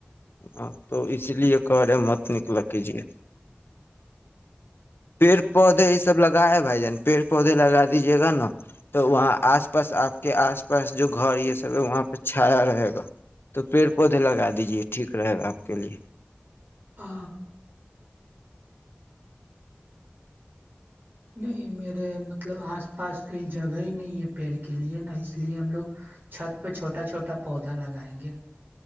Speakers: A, on the left; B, on the right.
A: ہاں تو اس لیے <unintelligible> کرے مت نکلا کیجیے <unintelligible> پیڑ پودے یہ سب لگتا رائے بھائی جان پڑ پودے لگا دیجیے گا نا <unintelligible> تو وہاں آس پاس آپ کے آس پاس جو گھر یہ سب ہے وہاں پہ چھایا رہے گا تو پھر <unintelligible> خودھ لگا دیجیے ٹھیک رہے گا کے لیے <unintelligible>
B: ا نہیں میرے مطلب آس پاس کہیں جگہ ہی نہیں ہے پیڑ کے لیے نا اس لیے ہم لوگ چھت پہ چھوٹا چھوٹا پودا لگائیں گے